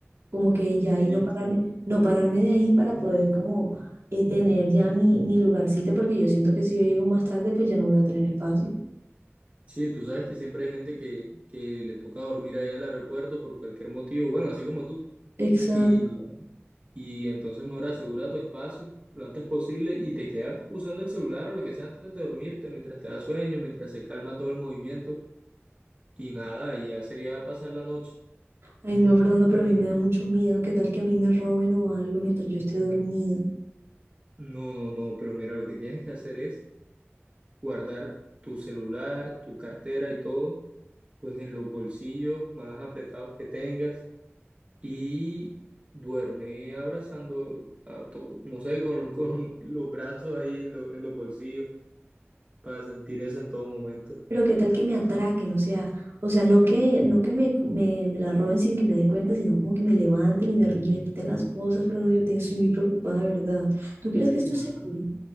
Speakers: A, on the right; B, on the right.
A: Como que ya ahí
B: Sí,
A: no pararme,
B: sí.
A: no pararme de ahí para poder como eh, tener ya mi, mi lugarcito, porque yo siento que si yo llego más tarde, pues ya no voy a tener espacio.
B: Sí, tú sabes que siempre hay gente que, que le toca dormir allá en el aeropuerto por cualquier motivo, bueno, así como tú.
A: Exacto.
B: Y, y entonces mejor asegura tu espacio lo antes posible y te quedas usando el celular o lo que sea antes de dormirte, mientras te da sueño, mientras se calma todo el movimiento y nada, y ya sería pasar la noche.
A: Ay, no, Fernando, pero a mí me da mucho miedo. ¿Qué tal que a mí me roben o algo mientras yo esté dormida?
B: No, no, no, pero mira, lo que tienes que hacer es guardar tu celular, tu cartera y todo, pues en los bolsillos más apretados que tengas y duerme abrazando, a tu- no sé, con, <laughs> con los brazos ahí en, lo- en los bolsillos para sentir eso en todo momento.
A: Pero qué tal que me atraquen, o sea, o sea, no que, no que me, me, me la roben sin que me dé cuenta, sino como que me levanten y me, y me quiten las cosas, pero no yo te- estoy muy preocupada, de verdad. ¿Tú crees que esto
B: Ajá.
A: es seguro?